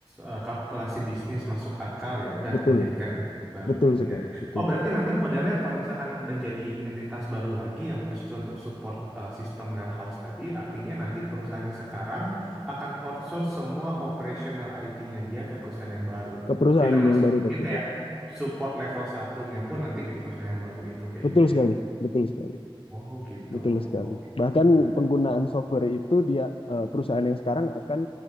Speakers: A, in the centre; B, on the left.
A: eh, kalkulasi bisnis masuk akal ya udah
B: Betul,
A: dijadikan Ya. baru
B: betul
A: gitu
B: sekali,
A: ya.
B: betul
A: Oh berarti
B: sekali.
A: nanti modelnya kalau misalkan udah jadi entitas baru lagi yang khusus untuk support eh, sistem warehouse tadi, artinya nanti perusahaan yang sekarang akan outsource semua operational IT-nya dia ke perusahaan yang baru.
B: Ke perusahaan
A: Jadi termasuk
B: yang baru
A: mungkin
B: tersebut.
A: kayak support level satunya pun nanti di perusahaan yang baru itu kayak
B: Betul
A: gitu
B: sekali,
A: ya.
B: betul sekali.
A: Oh gitu.
B: Betul sekali.
A: Oke, oke,
B: Bahkan
A: menarik.
B: penggunaan software itu dia eh, perusahaan yang sekarang akan